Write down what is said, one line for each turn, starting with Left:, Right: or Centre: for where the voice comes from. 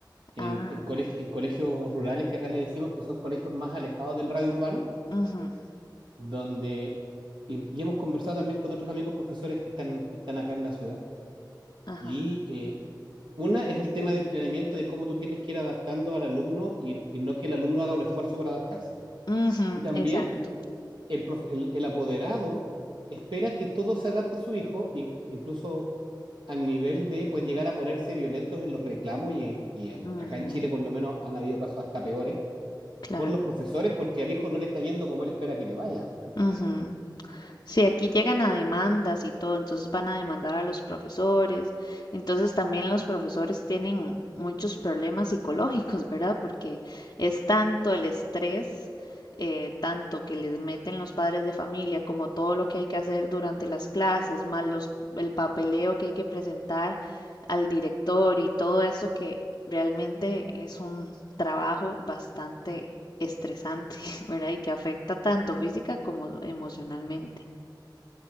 Right: en,
Left: ajá,
Right: en, coleg- en colegios rurales que acá le decimos que son colegios más alejados del radio urbano,
Left: ujú,
Right: donde. Y, y hemos conversado también con otros amigos profesores que están, que están acá en la ciudad.
Left: ajá,
Right: Y eh, una es el tema del planeamiento, de cómo tú tienes que ir adaptando al alumno y, y no que el alumno haga un esfuerzo para adaptarse.
Left: ujú,
Right: Y también
Left: exacto,
Right: el, prof- el- el apoderado espera que todo se adapte a su hijo, in- incluso al nivel de pues, llegar a ponerse violentos en los reclamos, y, y, eh,
Left: ujú,
Right: acá en Chile por lo menos han habido casos hasta peores,
Left: claro,
Right: con los profesores porque al hijo no le está yendo como él espera que le vaya.
Left: ujú, Sí, aquí llegan a demandas y todo, entonces van a demandar a los profesores. Entonces también los profesores tienen muchos problemas psicológicos, ¿verdad? Porque es tanto el estrés, eh, tanto que les meten los padres de familia, como todo lo que hay que hacer durante las clases, más los, el papeleo que hay que presentar al director y todo eso que realmente es un trabajo bastante estresante, <laughs> ¿verdad? Y que afecta tanto física como emocionalmente.